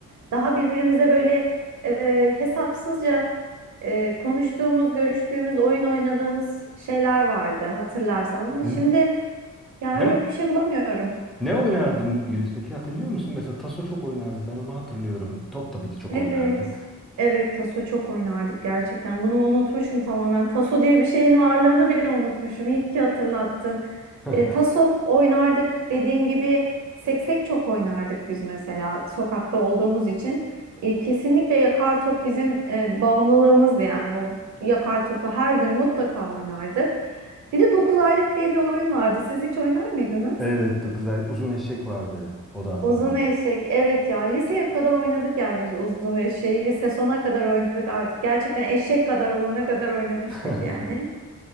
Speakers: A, on the right (about 65°); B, in the centre.
A: daha birbirimize böyle e, hesapsızca e, konuştuğumuz, görüştüğümüz, oyun oynadığımız şeyler vardı hatırlarsan ama
B: N-
A: şimdi ya
B: Ne
A: öyle bir şey bulamıyorum.
B: ne oynardın Güliz peki hatırlıyor musun? Mesela taso çok oynardık. Ben onu hatırlıyorum. Top tabii ki çok
A: Evet.
B: oynardık.
A: Evet taso çok oynardık gerçekten. Bunu unutmuşum tamamen. Taso diye bir şeyin varlığını bile unutmuşum. İyi ki hatırlattın.
B: <laughs>
A: E, taso oynardık dediğin gibi seksek çok oynardık biz mesela sokakta olduğumuz için. E, kesinlikle yakar top bizim e, bağımlılığımızdı yani. O yakar topu her gün mutlaka oynardık. Bir de 9 aylık diye bir oyun vardı. Siz hiç oynar mıydınız?
B: Evet 9 ay uzun eşek vardı. O da aklıma
A: Uzun
B: geldi.
A: eşek. Evet ya liseye kadar oynadık ya biz uzun eşeği. Lise sona kadar oynadık artık. Gerçekten eşek kadar olana kadar oynamıştık
B: <laughs>
A: yani.